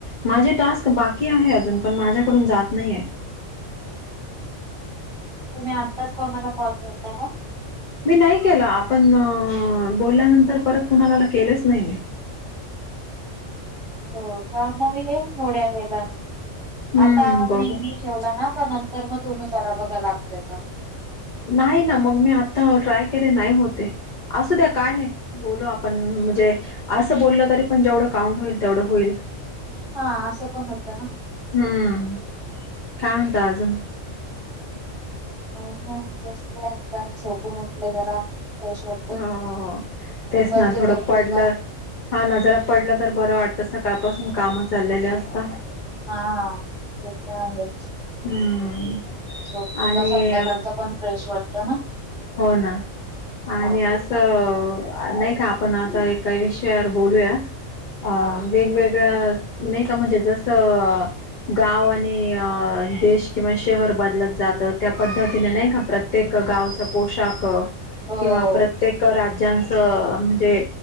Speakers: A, on the left; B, in the centre.
A: माझे टास्क बाकी आहे अजून पण माझ्याकडून जात नाहीय
B: तुम्ही आत्ताच कोणाला कॉल करता का
A: मी नाही केलं आपण बोलल्यानंतर परत कुणाला केलेच नाही मी
B: हो का मग येईल थोड्या वेळाने
A: हम्म,
B: आता
A: बघू
B: मेहमी ठेवला ना का नंतर मग तुम्ही करा बघा लागतोय का
A: नाही ना मग मी आता ट्राय केले नाही होते असू द्या काय नाही बोलो आपण म्हणजे असं बोललं तरी पण जेवढं काउंट होईल तेवढं होईल
B: हा आशेपण होतेे ना
A: हम् काय होत अजून
B: नाही नाही बसले आता झोपून उठले जरा फ्रेश वाटते
A: हो तेच
B: दुपारचे
A: ना थोडं
B: झोपले
A: पडलं
B: का
A: हा न जरा पडला तर बरं वाटतं सकाळपासून काम चाललेले असतात
B: हा ते तर आहेच
A: हम्म
B: झोपली
A: आणि
B: का संध्याकाळच पण फ्रेश वाटत ना
A: हो ना आणि
B: हा
A: अस तर नाही का आपण आता एकाही विषयावर बोलूया अ
B: हा
A: वेगवेगळ्या नाही का म्हणजे जसं गाव आणि देश किंवा शहर बदलत जातं त्या पद्धतीने नाही का प्रत्यक- प्रत्येक गावच पोशाख
B: हो
A: किंवा प्रत्येक राज्यांचं म्हणजे.